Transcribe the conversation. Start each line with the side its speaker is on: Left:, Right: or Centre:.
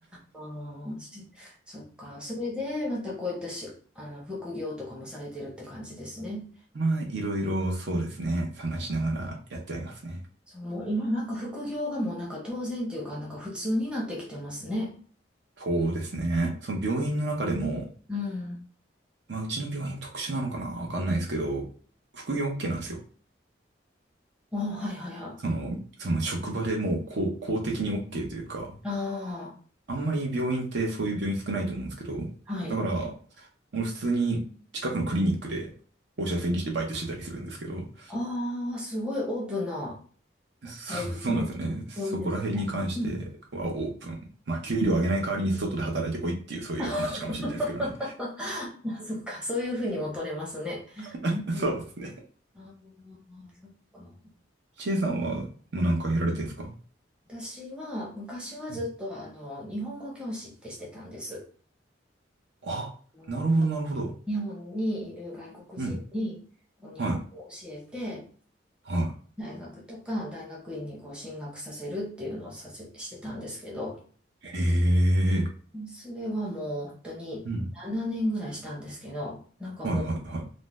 Centre: あの、しそっか。それで、またこういったし、あの、副業とかもされてるって感じですね。
Right: まあ、いろいろそうですね、探しながらやってはいますね。
Centre: そう、もう今なんか副業がもうなんか当然っていうか、なんか普通になってきてますね。
Right: そうですね。その病院の中でも、
Centre: うん。
Right: まあ、うちの病院特殊なのかなわかんないですけど、副業 OK なんですよ。
Centre: あ、はいはいはい。
Right: その、その職場でもう公、公的に OK というか、
Centre: あ
Right: あんまり病院ってそういう病院少ないと思うんですけど、
Centre: あ、はい。
Right: だから、俺普通に近くのクリニックで放射線技師でバイトしてたりするんですけど、
Centre: ああ、すごいオープンな、
Right: そ、
Centre: あれですね。
Right: <laughs> そうなんですよね。そこら辺に関してはオープン。
Centre: 病院ですね。うん。
Right: まあ、給料上げない代わりに外で働いてこいっていうそういう話かもしれないですけどね。
Centre: <laughs> あそっか、そういうふうにも取れますね。
Right: <laughs>
Centre: うん
Right: そうですね。
Centre: ああ、そっか。
Right: チェさんは、もうなんかやられてるんですか
Centre: 私は昔はずっとあの日本語教師ってしてたんです。
Right: うんあ、
Centre: あの
Right: なるほど、なるほど。
Centre: 日本にいる外国人にこう日本語を教えて、
Right: うん。はい。は
Centre: 大学とか大学院にこう進学させるっていうのをさせ、してたんですけど、
Right: い。へえ。
Centre: それはもう本当に7年ぐらいしたんですけど、
Right: うん。
Centre: なんかもう
Right: はいはいはい。